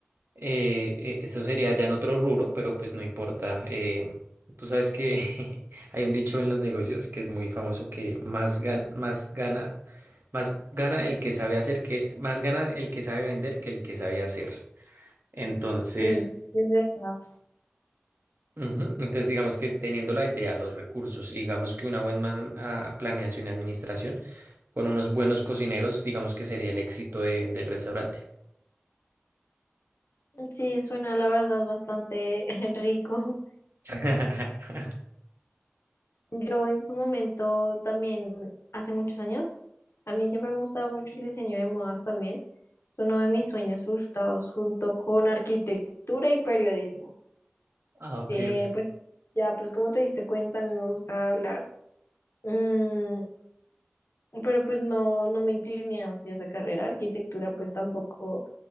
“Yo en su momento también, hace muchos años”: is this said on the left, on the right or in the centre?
Left